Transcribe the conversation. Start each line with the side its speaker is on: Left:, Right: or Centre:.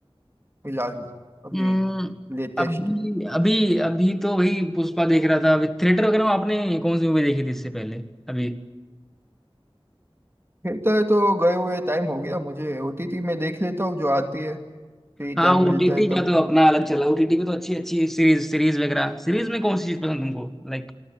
Right: फिलहाल में? अभी
Centre: हम्म,
Right: लेटेस्ट
Centre: अभी अभी अभी तो वही पुष्पा देख रहा था अभी थिएटर वगैरह में आपने कौन सी मूवी देखी थी इससे पहले अभी
Right: थिएटर तो गए हुए टाइम हो गया मुझे ओटीटी में देख लेता हूँ जो आती है फ्री
Centre: हाँ
Right: टाइम
Centre: ओटीटी
Right: मिलता है तब
Centre: का तो अपना अलग चला ओटीटी पे तो अच्छी अच्छी सीरीज सीरीज वगैरह सीरीज में कौन सी चीज पसंद तुमको लाइक